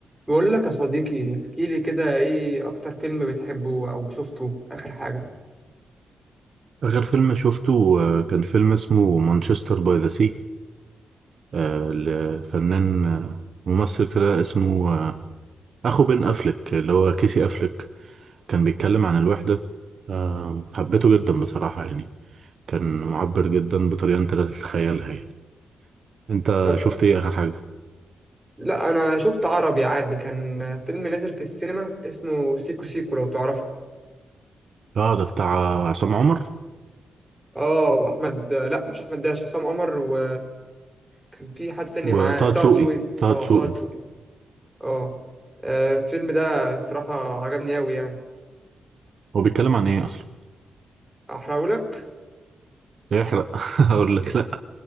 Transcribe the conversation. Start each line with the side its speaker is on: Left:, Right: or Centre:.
Centre: بقول لك يا صديقي احكي لي كده ايه اكتر فيلم بتحبه او شفته اخر حاجة
Right: آخر فيلم شفته آه، كان فيلم اسمه مانشستر باي ذا سي آه، لفنان آه، ممثل كده اسمه آه، أخو بن أفلك اللي هو كيسي أفلك كان بيتكلم عن الوحدة آه، حبيته جدا بصراحة يعني كان معبر جدا بطريقة أنت لا تتخيلها يعني أنت
Centre: ط-
Right: شفت إيه آخر حاجة؟
Centre: لا انا شفت عربي عادي كان فيلم نازل في السينما اسمه سيكو سيكو لو تعرفه
Right: آه ده بتاع عصام عمر
Centre: اه واحمد لا مش احمد داش عصام عمر و كان في حد تاني معاه
Right: وطه
Centre: طه
Right: دسوقي
Centre: دسوقي
Right: طه
Centre: اه
Right: دسوقي
Centre: طه دسوقي اه آه، الفيلم ده صراحة عجبني قوي يعني
Right: هو بيتكلم عن إيه أصلا؟
Centre: احرقه
Right: لا يحرق <laughs> هقول لك لأ